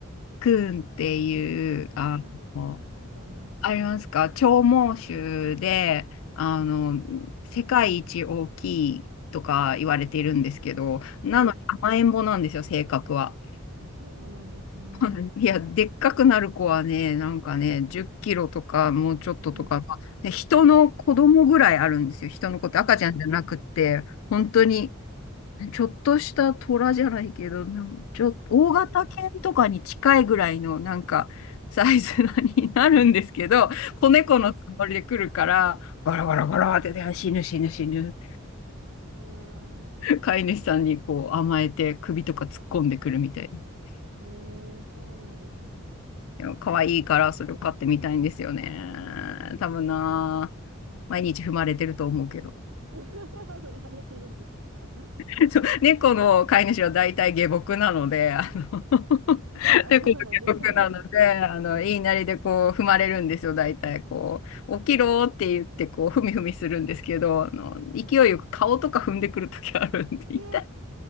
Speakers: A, on the left (about 70°); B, on the right (about 85°).
A: クーンっていう、
B: ああ、
A: あの、
B: なんか聞いたことあります。
A: ありますか、長毛種で、あの、世界一大きいとか言われているんですけど、
B: へえ
A: なのに甘えん坊なんですよ、性格は。
B: え、そうなんですね。
A: <laughs> いや、でっかくなる子はね、なんかね、10キロとか、もうちょっととか、
B: ええ、
A: まあ、
B: <laughs>
A: ね、人の子供ぐらいあるんですよ。人の子って赤ちゃんじゃなくって、
B: そう
A: 本当に、ちょっとした虎じゃないけど、なんちょっと、大型犬とかに近いぐらいの、
B: ですよね。
A: なんか、サイズになるんですけど、子猫のつもりで来るから、
B: ね、
A: ゴロゴロゴロって、死ぬ死ぬ死ぬ、
B: あ
A: 飼い主さんにこう甘えて首とか突っ込んでくるみたいです。
B: ー、えー、そうなんですね。
A: 可愛いからそれを買ってみたいんですよね。多分な、毎日踏まれてると思うけど。
B: <laughs> 生まれてるんですか <laughs>
A: <laughs> そう猫の飼い主は大体下僕なので、あの <laughs>
B: あ、
A: 猫の下僕なので、
B: そうなんですね。
A: あの、言いなりでこう踏まれるんですよ、大体。こう、起きろって言ってこう、ふみふみするんですけど、あの、勢いよく顔とか踏んでくるときあるんで、
B: <laughs>
A: 痛い。
B: え